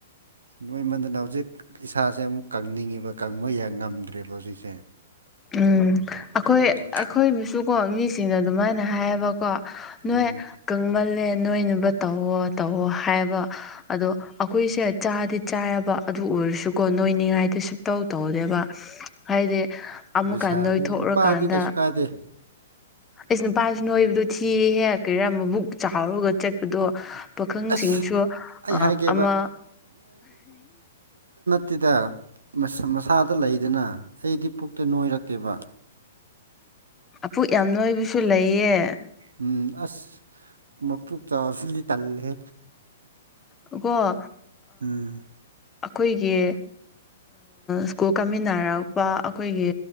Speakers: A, on the right; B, on the left.
A: ꯅꯣꯏꯃꯟꯗꯅ ꯍꯧꯖꯤꯛ ꯏꯁꯥꯁꯦ ꯑꯃꯨꯛ ꯀꯪꯅꯤꯡꯉꯤꯕ ꯀꯪꯕ ꯌꯥꯏ ꯉꯝꯗ꯭ꯔꯦꯕ ꯍꯧꯖꯤꯛꯁꯦ
B: ꯎꯝ ꯑꯩꯈꯣꯏ
A: ꯑꯗꯨꯒꯤ
B: ꯑꯩꯈꯣꯏꯕꯨꯁꯨꯀꯣ ꯃꯤꯁꯤꯡꯅ ꯑꯗꯨꯃꯥꯏꯅ ꯍꯥꯏꯌꯦꯕꯀꯣ ꯅꯣꯏꯣꯏꯦ
A: ꯎꯝ
B: ꯀꯪꯃꯜꯦ ꯅꯣꯏꯅꯕ ꯇꯧꯋꯣ ꯇꯧꯋꯣ ꯍꯥꯏꯕ ꯑꯗꯣ ꯑꯩꯈꯣꯏꯁꯦ ꯆꯥꯗꯤ ꯆꯥꯏꯕ ꯑꯗꯨ ꯑꯣꯏꯔꯁꯨꯀꯣ ꯅꯣꯏꯅꯤꯡꯉꯥꯏꯗꯤ ꯁꯨꯇꯧ ꯇꯧꯗꯦꯕ ꯍꯥꯏꯗꯤ ꯑꯃꯨꯛꯀ
A: ꯂꯩꯁꯥꯕꯤ
B: ꯅꯣꯏꯊꯣꯛꯔꯀꯥꯟꯗ
A: ꯅꯨꯄꯥꯗꯤ ꯀꯩꯁꯨ ꯀꯥꯏꯗꯦ
B: ꯑꯩꯁ ꯅꯨꯄꯥꯁꯨ ꯅꯣꯏꯕꯗꯣ ꯊꯤꯍꯦ ꯀꯔꯤꯔꯥ ꯃꯕꯨꯛ ꯆꯥꯎꯔꯒ ꯆꯠꯄꯗꯣ ꯄꯥꯈꯪꯁꯤꯡꯁꯨ
A: ꯑꯁ ꯑꯩ ꯍꯥꯏꯒꯦꯕ
B: ꯑꯃ
A: ꯇꯗ ꯃꯁꯥꯗ ꯂꯩꯗꯅ ꯑꯩꯗꯤ ꯄꯨꯛꯇ ꯅꯣꯏꯔꯛꯀꯦꯕ
B: ꯑꯄꯨꯛ ꯌꯥꯝ ꯅꯣꯏꯕꯁꯨ ꯂꯩꯌꯦ
A: ꯎꯝ ꯑꯁ ꯃꯄꯣꯛ ꯆꯥꯁꯨꯗꯤ ꯇꯜꯂꯦ
B: ꯑꯣꯣ
A: ꯎꯝ
B: ꯑꯩꯈꯣꯏꯒꯤ ꯁ꯭ꯀꯨꯜ ꯀꯥꯃꯤꯟꯅꯔꯛꯄ ꯑꯩꯈꯣꯏꯒꯤ